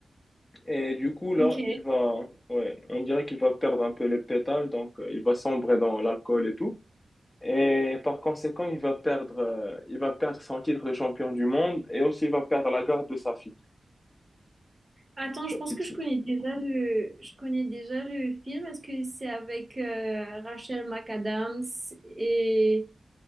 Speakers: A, on the left (about 15°); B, on the right (about 25°).
A: Et du coup, là,
B: Ok.
A: il va, ouais, on dirait qu'il va perdre un peu les pétales, donc euh, il va sombrer dans l'alcool et tout. Et par conséquent, il va perdre, euh, il va perdre son titre de champion du monde et aussi il va perdre la garde de sa fille,
B: Attends,
A: sa
B: je pense
A: petite
B: que je
A: fille.
B: connais déjà le, je connais déjà le film. Est-ce que c'est avec euh, Rachel McAdams et